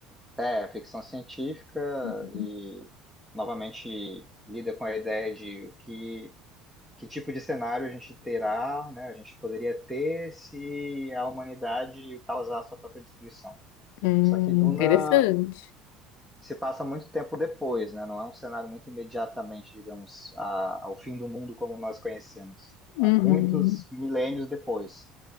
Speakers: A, in the centre; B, on the left.
A: É, ficção científica
B: Uhum.
A: e novamente lida com a ideia de o que, que tipo de cenário a gente terá, né? A gente poderia ter se a humanidade causar a sua própria destruição.
B: Hum,
A: Só que Duna
B: interessante.
A: se passa muito tempo depois, né? Não é um cenário muito imediatamente, digamos, a- ao fim do mundo como nós conhecemos.
B: Uhum.
A: Há muitos milênios depois.